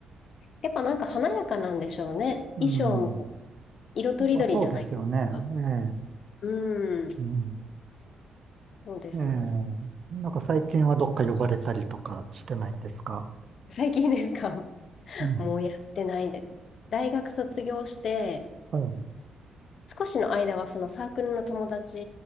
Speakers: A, on the left; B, on the right.
A: やっぱなんか華やかなんでしょうね。
B: うん。
A: 衣装も色とりどりじゃないですか。
B: まあ、そうですよね。ええ。
A: うん、
B: うん。
A: そうですね。
B: ええ。なんか最近はどっか呼ばれたりとかしてないんですか
A: 最近ですか <laughs>
B: うん。
A: もうやってないで。大学卒業して、
B: はい。
A: 少しの間はそのサークルの友達